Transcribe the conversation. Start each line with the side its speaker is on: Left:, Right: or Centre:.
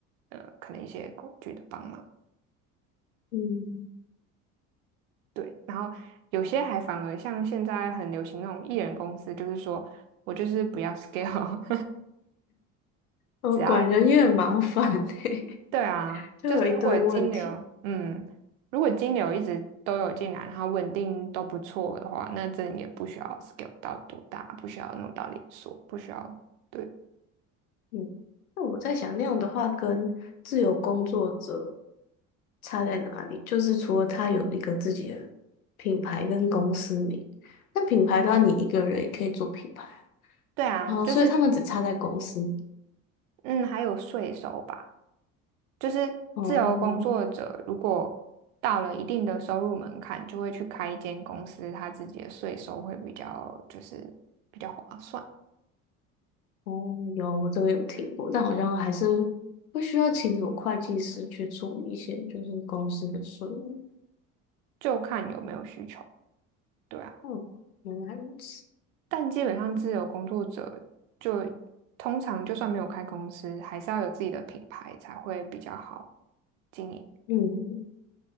Right: 呃，可能一些工具的帮忙。
Left: 嗯，
Right: 对，然后有些还反而像现在很流行那种艺人公司，就是说我就是不要 scale，
Left: 哦，
Right: <laughs> 只要
Left: 管人也很麻烦欸，<laughs>
Right: 对啊，
Left: 就有一堆问题。
Right: 就是如果金流，嗯，如果金流一直都有进来，然后稳定都不错的话，那真的也不需要 scale 到多大，不需要弄到连锁，不需要。对。
Left: 嗯，那我在想，那样的话跟自由工作者差在哪里？就是除了他有一个自己的品牌跟公司名，但品牌的话，你一个人也可以做品牌。
Right: 对啊，
Left: 哦，
Right: 就是
Left: 所以他们只差在公司。
Right: 嗯，还有税收吧，就是自由工作者如果到了一定的收入门槛，
Left: 哦，
Right: 就会去开一间公司，他自己的税收会比较就是比较划算，
Left: 哦，有，我这个有听过，但好像还是会需要请什么会计师去处理一些就是公司的税务。
Right: 就看有没有需求。对啊，
Left: 嗯，原来如此。
Right: 但基本上自由工作者就通常就算没有开公司，还是要有自己的品牌才会比较好经营。
Left: 嗯，